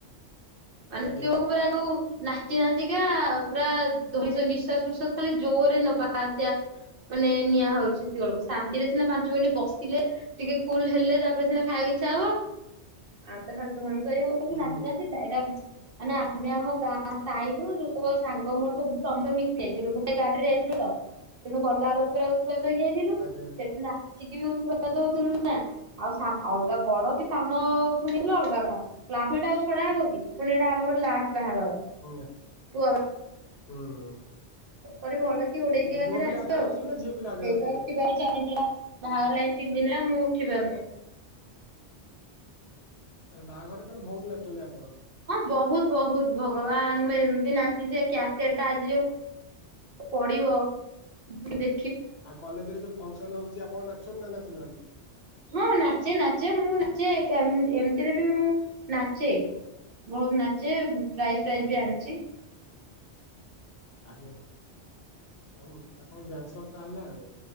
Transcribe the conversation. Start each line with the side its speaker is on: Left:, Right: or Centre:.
Right: ମାନେ
Left: ଆଜ୍ଞା
Right: ଏତିକି ବେଳକୁ ପୁରା ତୁ ନାଚି ନାଚିକା ପୁରା ଧଇଁସଇଁ ନିଶ୍ଵାସ୍ ପ୍ରସ୍ୱାସ୍ ଖାଲି ଜୋରେ ନବା ଆସିବା ମାନେ ନିଆଁ ହୋଉଚି ଏତିକିବେଳକୁ ଶାନ୍ତିରେ ସିନା ପାଞ୍ଚ ମିନିଟ ବସିଲେ ଟିକେ କୁଲ୍ ହେଲେ ତାପରେ ସିନା ଖାଇବାକୁ ଇଛା ଟା ହବ ଆମ ତ ଖାଲି ଧଇଁସଇଁ ହେଇଯାଉଚି
Left: ହୁଁ
Right: ନାଚିନାଚି ଲାଇରା ମାନେ ଆମେ ଆମ ଗାଁ ସାହିରୁ ଯେତକ ସାଙ୍ଗ ମୋର ସବୁ ସମସ୍ତେ ମିଶି ଯାଇଥିଲୁ ଗୋଟେ ଗାଡିରେ ଥିଲେତ ତେଣୁ ଗଲାବେଳକୁ ଦୋଳଯାତ୍ରା କହିକି ଯାଇଥିଲୁ
Left: ଆଜ୍ଞା
Right: ସେଠି ନା ତିକି ବି ଉତୁପାତ ହୋଉଥୁଲୁ ନା ଆଉ ସା-ଅଲଗା ବଡ କି ସାନ ହେଇଥିଲେ ଅଲଗା କଥା କ୍ଲାସମେଟ୍ ଆଉ ଛଡା ହବକି? ପୁଣି ଏଟା ଆମର ଲାଷ୍ଟ୍ ବାହାଘର
Left: ନା
Right: ପୁଅ ବା
Left: ହୁଁ।
Right: ପରେ ଭଲକି ଉଡେଇକିନା
Left: ପୁଅ
Right: ଫେରେ
Left: ପିଲା
Right: ଆସଲୁ
Left: ଆଜି ନାଚୁଥିଲେ
Right: ଆଉ।
Left: ନା ଝିଅ ପିଲା ଆଜି
Right: ସେ
Left: ନାଚୁଥିଲେ?
Right: ତ ଉଠିପାରୁନି ଚାରିଦିନ ହେଲା
Left: ପୁଅ
Right: ବାହାଘର ରହିଲାଣି ତିନି ଦିନ ଆଉ। ମୁଁ ଉଠିପାରୁନି।
Left: ଏ ବାହାଘରେ ତାହେଲେ ବୋହୁତ ନାଚୁଚନ୍ତି ଆପଣ?
Right: ବୋହୁତ ବୋହୁତ ଭଗବାନ ମୁଁ ଏମତି ନାଚିଚି ଯେ କ୍ୟାସେଟଟା ଆଜି ଯୋଉ ପଡିବ ଦି
Left: ଆଉ କଲେଜରେ ଯୋଉ ଫଙ୍କସନ୍ ହୋଉଚି ଆପଣ ନାଚୁଚନ୍ତି ନା ନାଚୁନାହାନ୍ତି?
Right: ହଁ ନାଚେ ନାଚେ ମୁଁ ନାଚେ ଏକା-ଏମିତିରେ ବି ମୁଁ ନାଚେ। ବୋହୁତ ନାଚେ ପ୍ରାଇଜ୍ ଫ୍ରାଇଜ୍
Left: ଆଜ୍ଞା
Right: ବି ଆଣଚି।
Left: ଆଜ୍ଞା ଆପଣ ତାହାନ୍ ଆପଣ ଡ୍ୟାନସର୍ ତାହେଲେ ଆଉ।